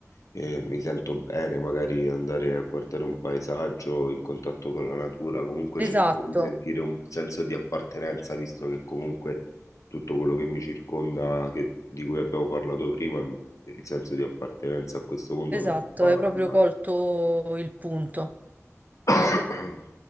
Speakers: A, on the left; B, on the right.
A: eh, mi sento bene, magari andare a guardare un paesaggio in contatto con la natura, comunque
B: esatto.
A: cercare di sentire un senso di appartenenza, visto che comunque tutto quello che mi circonda, che- di cui abbiamo parlato prima, il senso di appartenenza a questo mondo
B: Esatto,
A: non me lo fa
B: hai proprio
A: nulla.
B: colto il punto.
A: <coughs>